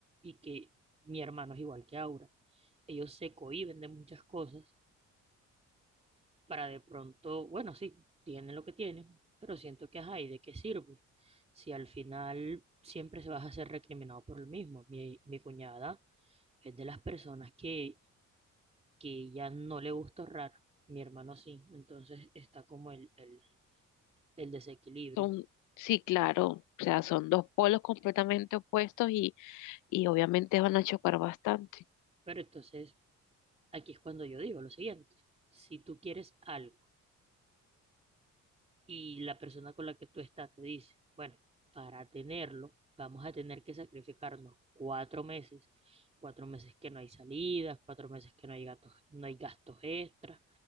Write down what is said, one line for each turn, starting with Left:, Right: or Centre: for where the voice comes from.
Right: y que mi hermano es igual que Aura. Ellos se cohíben de muchas cosas para de pronto, bueno, sí, tienen lo que tienen, pero siento que, ajá, ¿y de qué sirve? Si al final siempre se vas a ser recriminado por lo mismo. Mi, mi cuñada es de las personas que, que ya no le gusta ahorrar, mi hermano sí, entonces está como el, el, el desequilibrio.
Left: Son, sí, claro, o sea, son dos polos completamente opuestos y, y obviamente van a chocar bastante.
Right: Pero entonces aquí es cuando yo digo lo siguiente, si tú quieres algo, y la persona con la que tú estás te dice, bueno, para tenerlo vamos a tener que sacrificarnos cuatro meses, cuatro meses que no hay salidas, cuatro meses que no hay gatos, no hay gastos extras,